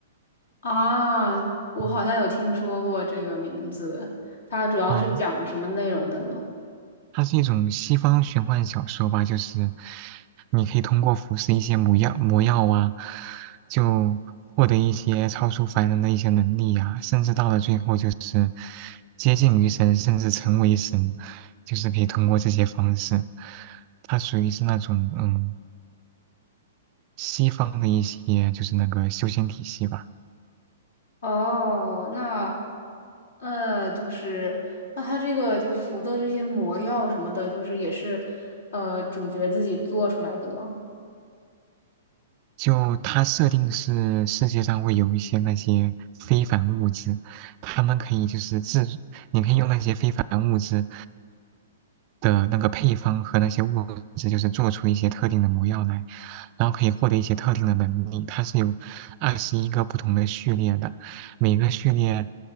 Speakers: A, on the left (about 70°); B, on the right (about 40°).
A: 啊，我好像有听说过这个名字，
B: 嗯，
A: 它主要是讲什么内容的呢？
B: 哦，它是一种西方玄幻小说吧，就是你可以通过服食一些魔药、魔药啊，就获得一些超出凡人的一些能力啊，甚至到了最后就是接近于神，甚至成为神，就是可以通过这些方式。它属于是那种嗯。西方的一些就是那个修仙体系吧，
A: 哦，那呃，就是那它这个就服的这些魔药什么的，就是也是呃主角自己做出来的吗？
B: 就它设定是世界上会有一些那些非凡物质，他们可以就是制，你可以用那些非凡物质的那个配方和那些物质，就是做出一些特定的魔药来，然后可以获得一些特定的能力。它是有二十一个不同的序列的，每个序列，